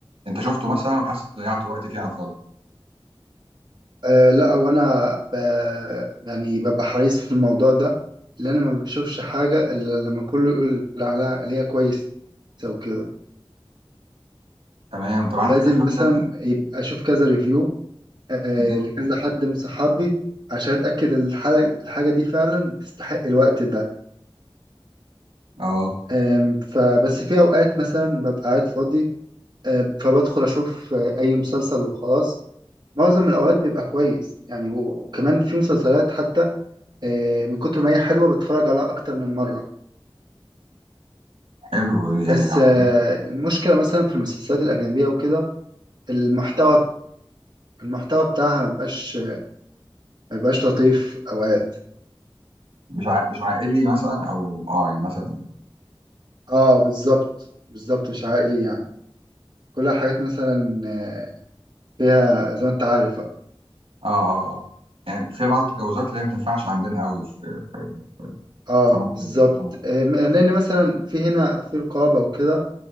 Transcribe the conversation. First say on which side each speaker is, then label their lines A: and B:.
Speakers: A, on the right; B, on the right.
A: انت شفته مثلا وحاسس ضيعت وقت فيه على الفاضي
B: آه لا هو انا ب... يعني ببقى حريص في الموضوع ده لان انا ما بشوفش حاجه الا لما كله يقول على اللي هي كويسه وكده
A: تمام طب عندك
B: لازم
A: افلام
B: مثلا
A: تانية <laughs>
B: يبقى اشوف كذا ريفيو آه
A: مم.
B: لكذا حد من صحابي عشان اتاكد الحاجه الحاجه دي فعلا تستحق الوقت ده
A: اه
B: آم، فبس في اوقات مثلا ببقى قاعد فاضي آه فبدخل اشوف آه، اي مسلسل وخلاص معظم الاوقات بيبقى كويس يعني و- وكمان في مسلسلات حتى آه، من كتر ما هي حلوة بتفرج عليها أكتر من مرة
A: حلو يعني
B: بس
A: لو
B: آه، المشكلة مثلا في المسلسلات الأجنبية وكده المحتوى المحتوى بتاعها ما بيبقاش ما بيبقاش لطيف أوقات
A: مش ع... مش عائلي مثلا او اه يعني مثلا
B: اه بالظبط بالظبط مش عائلي يعني كلها حاجات مثلا آه، فيها زي ما انت عارف بقى
A: اه اه اه يعني في بعض التجاوزات اللي هي ما تنفعش عندنا قوي في في في
B: اه
A: في مصر
B: بالظبط
A: آه.
B: آه، لأن مثلا في هنا في رقابة وكده